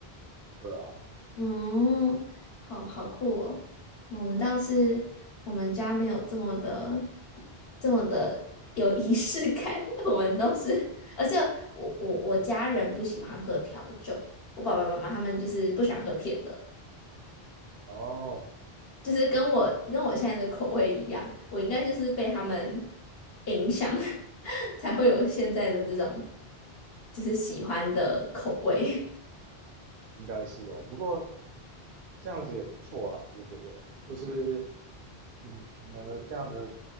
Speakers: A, on the right (about 65°); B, on the left (about 70°).
A: 对啊，
B: 嗯，好好酷哦。我们倒是我们家没有这么的这么的有仪式感，<laughs> 我们都是，而且我我我家人不喜欢喝调酒，我爸爸妈妈他们就是不喜欢喝甜的，
A: 哦，
B: 就是跟我跟我现在的口味一样，我应该就是被他们影响，<laughs> 才会有现在的这种就是喜欢的口味。
A: 应该是哦，不过这样子也不错啦，我觉得就是。嗯，你们的这样的